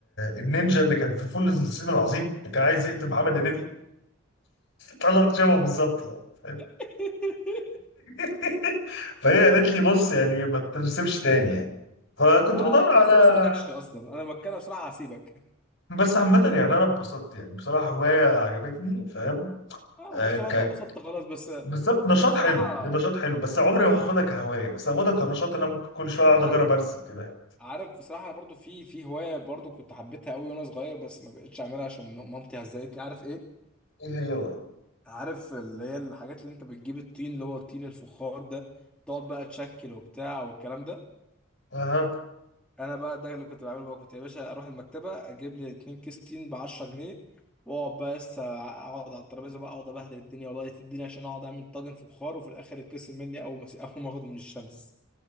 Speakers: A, on the left; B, in the centre.
A: النينجا اللي كان في فول الصين العظيم اللي كان عايز يقتل محمد هنيدي طلعت شبهه بالظبط يعني.
B: <laughs>
A: <laughs> فهي قالت لي بص يعني ما ترسمش تاني يعني فكنت
B: يعني
A: بدور
B: كويس
A: على
B: انا ما سبتكش اصلا انا مكانها بصراحه هسيبك
A: بس عامة يعني انا اتبسطت يعني بصراحة هواية عجبتني فاهم
B: اه
A: آه
B: خلاص
A: ك...
B: طبعا انت اتبسطت خلاص بس
A: بالظبط نشاط
B: بس بصراحه
A: حلو نشاط حلو بس عمري ما هاخدها كهواية بس هاخدها كنشاط إن انا ممكن كل شوية اقعد
B: عارف
A: اجرب ارسم كده يعني
B: عارف بصراحه انا برضو في في هوايه برضو كنت حبيتها قوي وانا صغير بس ما بقتش اعملها عشان مامتي هزقتني عارف ايه
A: ايه هي بقى؟
B: عارف اللي هي الحاجات اللي انت بتجيب الطين اللي هو الطين الفخار ده تقعد بقى تشكل وبتاع والكلام ده
A: أها.
B: انا بقى ده اللي كنت بعمله بقى كنت يا باشا اروح المكتبه اجيب لي اتنين كيس تين ب 10 جنيه واقعد بقى لسه اقعد على الترابيزه بقى اقعد ابهدل الدنيا والله الدنيا عشان اقعد اعمل طاجن فخار وفي الاخر يتكسر مني اول ما <laughs> اول ما اخده من الشمس